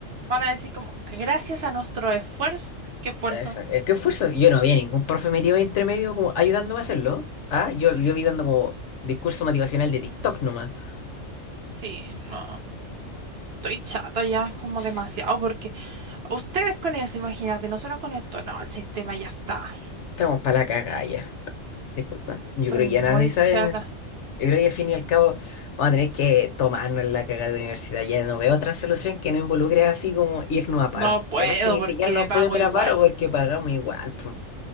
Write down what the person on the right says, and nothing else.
Van a decir como, gracias a nuestro esfuerzo. ¿Qué esfuerzo?
Sí,
sí, no. Estoy chata ya, es como
demasiado, porque ustedes con eso, imagínate, nosotros con esto, no, el sistema ya está.
Estoy
muy
chata.
No puedo
porque
pago
igual.